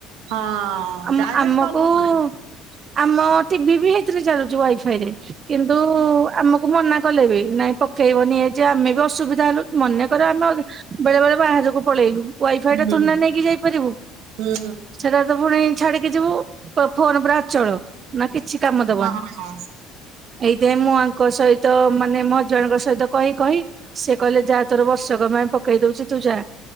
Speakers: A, on the right; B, on the right.
A: ହଁ
B: ଆମ
A: ଡାଇରେକ୍ଟ
B: ଆମକୁ
A: କଲ ହବନି
B: ଆମ ଟିଭି ବି ହେଇ ଥିରେ ଚାଲୁଛି ୱାଇଫାଇ ରେ କିନ୍ତୁ ଆମକୁ ମନା କଲେ ବି ନାଇଁ ପକେଇବନି ଏ ଯେ ଆମେ ବି ଅସୁବିଧା ହେଲୁ ମନେକର ଆମେ ବେଳେ ବେଳେ ବାହାରକୁ ପଳେଇଲୁ ୱାଇଫାଇ
A: ହୁଁ
B: ଟା ତୁନା ନେଇକି ଯାଇପାରିବୁ
A: ହୁଁ
B: ସେଟାରେ ତ ପୁଣି ଛାଡି କି ଯୋଉ ଫୋନ ପୁରାଅଚଳ ନା କିଛି କାମ ଦବନି
A: ହଁ
B: ଏଇଥି ପାଇଁ ମୁଁ ଆଙ୍କ ସହିତ ମାନେ ମୋର ଜଣଙ୍କ ସହିତ କହି କହି ସେ କହିଲେ ଯା ତୋର ବର୍ଷକ ପାଇଁ ପକେଇ ଦଉଛି ତୁ ଯା